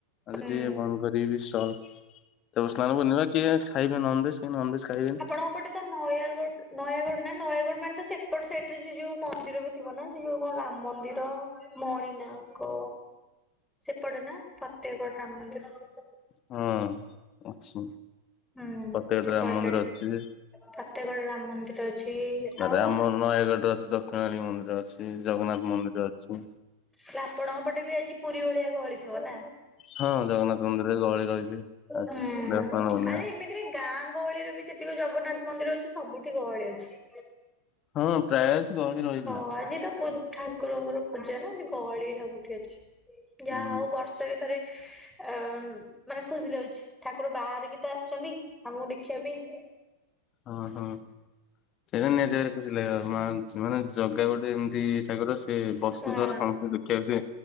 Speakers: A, on the left; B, in the centre.
A: ଆଜି
B: ହୁଁ
A: ଟିକେ ବନ୍ଦ କରିବି ଷ୍ଟଲ ତାପରେ ସ୍ନାନ ପୂର୍ଣ୍ଣିମା କିଏ ଖାଇବେ ନନଭେଜ୍ କି ନନଭେଜ ଖାଇବେନି।
B: ଆପଣଙ୍କପଟେ ତ ନୟାଗଡ ନୟାଗଡ ନା ନୟାଗଡ ମାନେ ତ ସେପଟ ସେଇଟ୍ ରେ ସେ ଯୋଉ ମନ୍ଦିର ବି ଥିବ ନା ସେ ଯୋଉ କଣ ରାମ ମନ୍ଦିର ମଣିନାଆକ ସେପଟେ ନା ପ୍ରତ୍ୟେକ ଗଡ ରାମ ମନ୍ଦିର।
A: ହଁ ଅଛି
B: ହୁଁ <unintelligible>
A: ଫତେଗଡ ରାମ
B: ପ୍ରତ୍ୟେକଡ
A: ମନ୍ଦିର ଅଛି ଯେ
B: ରାମ ମନ୍ଦିର ଅଛି
A: ତାପରେ
B: ହାଉ
A: ଆମ ନୟାଗଡ଼ରେ ଅଛି ଦକ୍ଷିଣାଳୀ ମନ୍ଦିର ଅଛି ଜଗନ୍ନାଥ ମନ୍ଦିର ଅଛି।
B: ହେଲେ ଆପଣଙ୍କ ପଟେ <unintelligible> ଭଳିଆ ଗହଳି ଥିବ ନା?
A: ହଁ ଜଗନ୍ନାଥ ମନ୍ଦିରରେ ଗହଳି ରହିବେ ଆଜି
B: ହୁଁ
A: ଦେବସ୍ନାନ ପୂର୍ଣ୍ଣିମା।
B: ଆରେ ଏମିତିରେ ଗାଁ ଗହଳିରେ ବି ଯେତିକି ଜଗନ୍ନାଥ ମନ୍ଦିର ଅଛି ସବୁଠି ଗହଳି ଅଛି।
A: ହଁ ପ୍ରାୟ ଅଛି ଗହଳି ରହିବ।
B: ହଁ ଆଜି ତ ଠାକୁରଙ୍କର ପୂଜା ନା ଗହଳି ସବୁଠି ଅଛି ଯାହା
A: ହୁଁ
B: ହଉ ବର୍ଷକେ ଥରେ
A: <inaudible>
B: ଅ ମାନେ ଖୁସି ଲାଉଛି ଠାକୁର ବାହାରିକି ତ ଆସିଛନ୍ତି ଆମକୁ ଦେଖିବା ପାଇଁ।
A: ହଁ ହଁ ସେଇପା <unintelligible> ଏମିତି ଠାକୁର ସେ ବର୍ଷକୁ
B: ହଁ
A: ଥରେ ସମସ୍ତେ ଦେଖିବାକୁ ଚାହିବେ